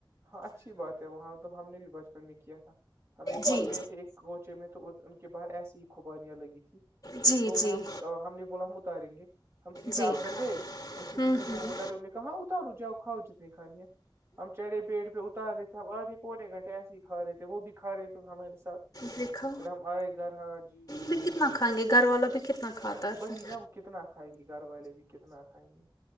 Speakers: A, on the right (about 35°); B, on the left (about 45°).
A: ہاں اچھی بات ہے وہاں تو ہم نے بھی بچپن میں کیا تھا ہم ایک بار
B: جی
A: گئے تھے ایک کوچے میں تو ان کے باہر ایسی ہی خوبانیاں لگی تھی
B: جی
A: تو میں
B: جی
A: ہم ہم نے بولا ہم اتاریں گے ہم سیدھا
B: جی
A: اندر گئے ان سے پوچھا
B: ہوں
A: کہ
B: ہوں
A: ہم اتارے انہ نے کہاں اتارو جاؤ کھاؤ جتنی کھانی ہے ہم چڑھے پیڑ پہ اتارے تھے ہم آھے پونے گھنٹے ایسے ہی کھاے تھے وہ بھی کھا رہے تھ ہمارے ساتھ
B: دھا
A: پھر ہم آئے گھر ہاں جی جی
B: بھی کتنا کھائیں گے گھر والا بھی کتنا کھاتا ہے
A: وہی
B: سر
A: نا وہ کتنا کھائیں گے گھر والے بھی کتنا کھائیں گے